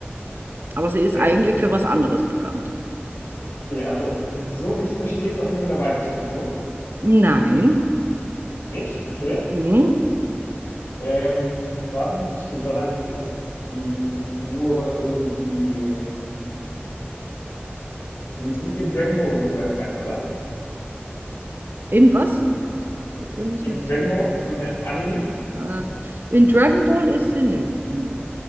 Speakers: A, on the right (about 55°); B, on the left (about 80°).
A: Aber sie ist
B: Okay,
A: eigentlich
B: okay.
A: für was anderes bekannt.
B: Okay, aber so wie ich es verstehe, ist auf jeden Fall eine weibliche Person.
A: Nein.
B: Nicht? Okay,
A: Mhm.
B: okay. Ähm, dann hätte ich gesagt, ist die Figur irgendwie, die ist nicht in Dragon Ball oder so enthalten, oder?
A: Irgendwas? Irgendwas
B: In
A: mit.
B: Dragon Ball? So eine Anime?
A: Äh, in Dragon Ball ist sie nicht. Nö.